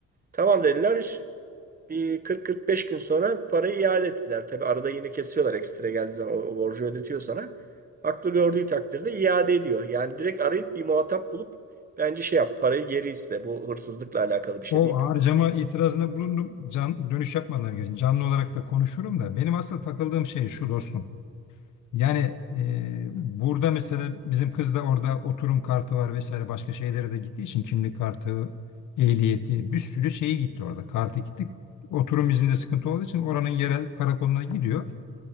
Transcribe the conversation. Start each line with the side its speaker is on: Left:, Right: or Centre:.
Right: Tamam dediler. Bir 40-45 gün sonra parayı iade ettiler. Tabi arada yine kesiyorlar ekstra geldiği zaman o, o borcu ödetiyor sana. Haklı gördüğü takdirde iade ediyor. Yani direkt arayıp bir muhatap bulup bence şey yap parayı geri iste. Bu hırsızlıkla alakalı bir şey
Left: O
Right: deyip
Left: harcama itirazında bulundum. Can, dönüş yapmadılar gerçi. Canlı olarak da konuşurum da. Benim asıl takıldığım şey şu dostum. Yani e, burada mesela bizim kız da orada oturum kartı var vesaire başka şeylere de gittiği için kimlik kartı, ehliyeti bir sürü şeyi gitti orada. Kartı gitti. Oturum izninde sıkıntı olduğu için oranın yerel karakoluna gidiyor.